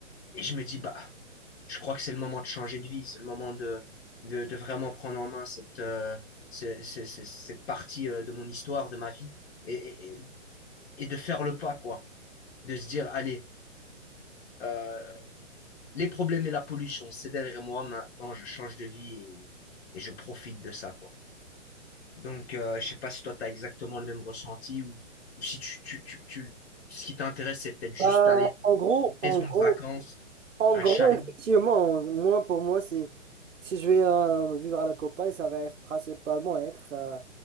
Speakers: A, on the left (about 55°); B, on the right (about 80°).
A: Et je me dis, bah, je crois que c'est le moment de changer de vie, c'est le moment de, de, de vraiment prendre en main cette, euh, ce- ce- ce- cette partie euh, de mon histoire, de ma vie, et, et- et- de faire le pas, quoi. De se dire, allez, euh, les problèmes et la pollution, c'est derrière moi, maintenant je change de vie et, et je profite de ça, quoi. Donc, euh, je sais pas si toi, tu as exactement le même ressenti ou, ou si tu, tu, tu, tu- ce qui t'intéresse, c'est peut-être juste
B: euh,
A: aller
B: en
A: dans
B: gros,
A: une
B: en
A: maison
B: gros,
A: de vacances,
B: En
A: un
B: gros,
A: chalet.
B: <laughs> effectivement, moi, pour moi, c'est, si je vais euh, vivre à la campagne, ça va être principalement être, euh,